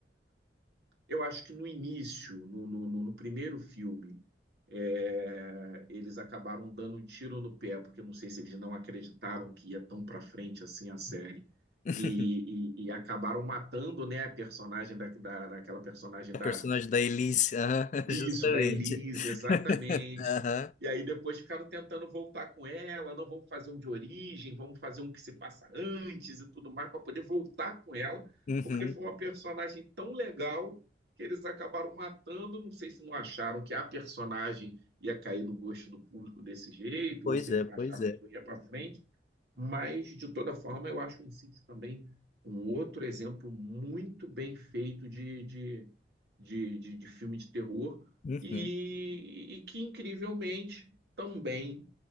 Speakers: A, on the right; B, on the left.
A: Eu acho que no início, no, no, no- primeiro filme, é, eles acabaram dando um tiro no pé, porque eu não sei se eles não acreditaram que ia tão para frente assim a série.
B: <laughs>
A: E, e- e acabaram matando, né, a personagem da, da, daquela personagem
B: A
A: da,
B: personagem da Elise, aham, <laughs>
A: Isso,
B: justamente.
A: da Elise, exatamente.
B: <laughs> Aham,
A: E aí depois ficaram tentando voltar com ela, não vamos fazer um de origem, vamos fazer um que se passa antes e tudo mais, para poder voltar com ela,
B: uhum.
A: porque foi uma personagem tão legal que eles acabaram matando. Não sei se não acharam que a personagem ia cair no gosto do público desse jeito,
B: Pois
A: ou se
B: é,
A: eles não
B: pois
A: acharam
B: é.
A: que não ia para frente. Mas, de toda forma, eu acho o Incídios também um outro exemplo muito bem feito de, de, de, de, de filme de terror
B: Uhum,
A: e, e que, incrivelmente, também